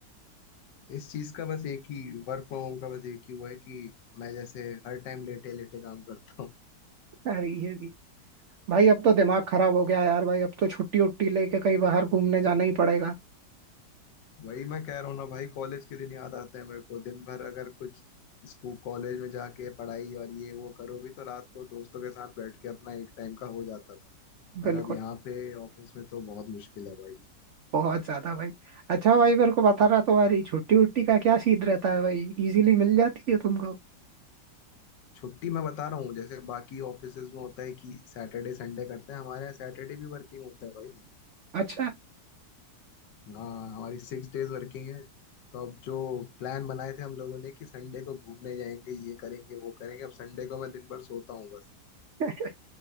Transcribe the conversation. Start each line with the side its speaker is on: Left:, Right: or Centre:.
Left: इस चीज का बस एक ही वर्क फ्रॉम होम का बस एक ही वो है कि मैं जैसे हर टाइम लेटे लेटे काम करता हूँ
Right: अरे ये भी भाई अब तो दिमाग खराब हो गया यार भाई अब तो छुट्टी उट्टी लेके कहीं बाहर घूमने जाना ही पड़ेगा
Left: वही मैं कह रहा हूँ ना भाई कॉलेज के दिन याद आते हैं मेरे को दिन भर अगर कुछ स्कूल कॉलेज में जाके पढ़ाई और ये वो करो भी तो रात को दोस्तों के साथ बैठ के अपना एक टाइम का हो जाता था पर
Right: बिल्कुल
Left: अब यहाँ पे ऑफिस में तो बहुत मुश्किल है भाई
Right: बहुत ज्यादा भाई अच्छा भाई मेरे को बता रहा तुम्हारी छुट्टी उट्टी का क्या सीन रहता है भाई इजीली मिल जाती है तुमको
Left: छुट्टी मैं बता रहा हूँ जैसे बाकी ऑफिसेज में होता है कि सैटरडे संडे करते हैं हमारे यहाँ सैटरडे भी वर्किंग होता है भाई
Right: अच्छा
Left: हाँ हमारी सिक्स डेज वर्किंग है तो अब जो प्लान बनाए थे हम लोगों ने कि संडे को घूमने जाएंगे ये करेंगे वो करेंगे अब संडे को मैं दिन भर सोता हूँ बस
Right: <laughs>